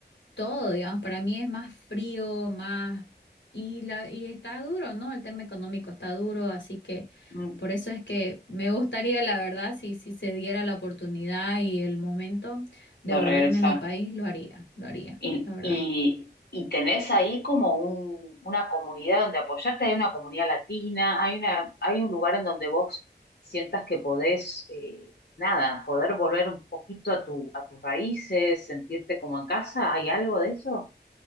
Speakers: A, on the left (about 85°); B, on the left (about 60°).
A: todo, digamos, para mí es más frío, más... Y, la, y está duro, ¿no? El tema económico está duro, así que
B: mm,
A: por eso es que me gustaría, la verdad, si, si se diera la oportunidad y el momento de
B: De
A: volverme
B: regresar.
A: a mi país, lo haría, lo haría,
B: Y,
A: la verdad.
B: y, y tenés ahí como un, una comunidad donde apoyarte, hay una comunidad latina, hay una, hay un lugar en donde vos sientas que podés, eh, nada, poder volver un poquito a tu, a tus raíces, sentirte como en casa, ¿hay algo de eso?